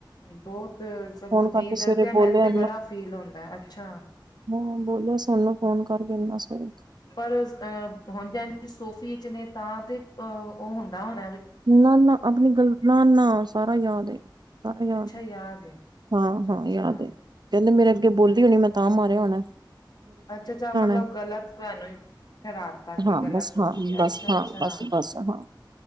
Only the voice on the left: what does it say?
ਬੋਤ, ਸਗੋਂ
ਦੀ ਦੱਸਦੇ
ਐ
ਮੈਨ ਤੇ ਬੜਾ ਫੀਲ ਹੋਂਦੈ, ਅੱਛਾ
ਪਰ ਅ ਹੁਣ ਜਾ ਸੂਫੀ਼ ਇਚ ਨੇ ਤਾਂ ਤੇ ਅ ਓ ਹੁੰਦਾ ਹੋਣਾ ਵੀ
ਅੱਛਾ,
ਯਾਦ ਏ
ਅੱਛਾ
ਅੱਛਾ
ਅੱਛਾ ਅੱਛਾ ਮਤਲਬ
ਗਲਤ ਤੁਹਾਨੂੰ ਠਹਿਰਾਤਾ ਕਿ
ਗਲਤ
ਤੁਸੀਂ
ਅੱਛਾ
ਅੱਛਾ